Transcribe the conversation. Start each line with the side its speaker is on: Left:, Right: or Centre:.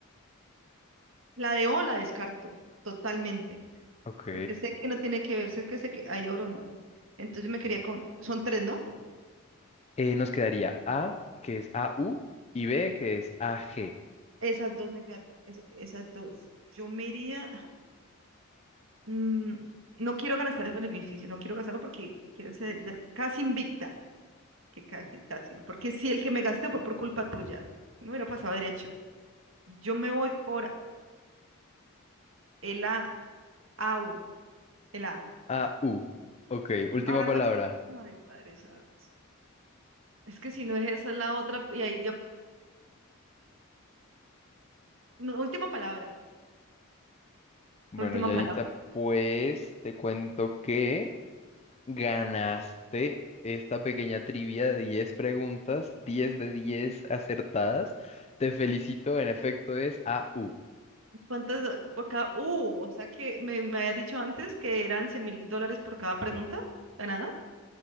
Right: La de O la descarto totalmente,
Left: Ok,
Right: porque sé que no tiene que ver, sé que, sé que hay oro no. Entonces me quería con, son tres, ¿no?
Left: Eh, nos quedaría A que es AU y B que es AG.
Right: Esas dos me quedan, es- esas dos. Yo me iría, mm, no quiero gastar el beneficio, no quiero gastarlo porque quiero ser de- casi invicta, que casi, casi, porque si el que me gasté fue por culpa tuya, no hubiera pasado derecho. Yo me voy por el A, AU, el A.
Left: A, U. Ok, última
Right: Ahora no
Left: palabra.
Right: me dice que, ay, padre, santo. Es que si no es esa es la otra, y ahí dio, no, última palabra,
Left: Bueno,
Right: última
Left: Yaritza,
Right: palabra.
Left: pues te cuento que ganaste esta pequeña trivia de 10 preguntas, 10 de 10 acertadas. Te felicito, en efecto es A, U.
Right: ¿Cuántas, do- por cada, uh, o sea que me, me habías dicho antes que eran cien mil dólares por cada pregunta, ganada?